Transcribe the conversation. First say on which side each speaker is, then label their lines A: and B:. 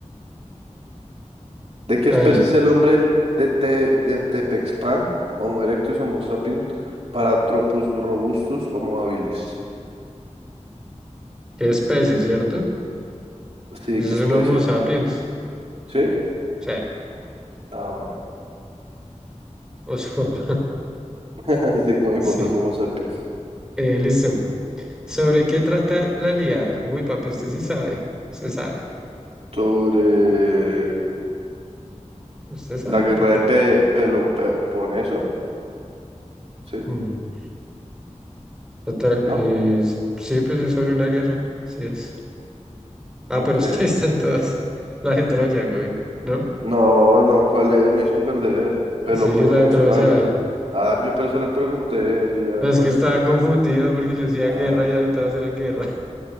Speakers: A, on the right; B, in the centre.
A: ¿De qué
B: Hágale.
A: especie es el hombre de, te, de Tepexpan? Homo erectus, Homo sapiens, Paratropus robustus, Homo habilis.
B: ¿Qué especie, cierto?
A: Sí,
B: Eso
A: qué especie.
B: es un Homo sapiens.
A: ¿Sí?
B: O sea,
A: Ah, bueno.
B: os- <laughs>
A: <laughs> Sí, con mi
B: Sí.
A: papá somos sapiens.
B: Eh, listo. ¿Sobre qué trata la liada? Uy, papi, usted sí sabe. Usted sabe.
A: Sobre
B: Usted sabe,
A: la guerra
B: papá.
A: de Pe- pelo Peloponeso, ¿sí?
B: Mm. Trata-
A: ¿No?
B: es- sí, pues es sobre una guerra. Sí es. Ah,
A: Ok.
B: pero es que <laughs> están todas. La de Troya, güey. ¿No?
A: No, no, ¿cuál es? Me hizo perder. Peloponeso,
B: Sí, la de Troya.
A: ala. Ah, yo por eso le pregunté, yo ya había
B: No,
A: puesto.
B: es que estaba confundido porque yo decía
A: Ah,
B: guerra y ahí todas eran guerra.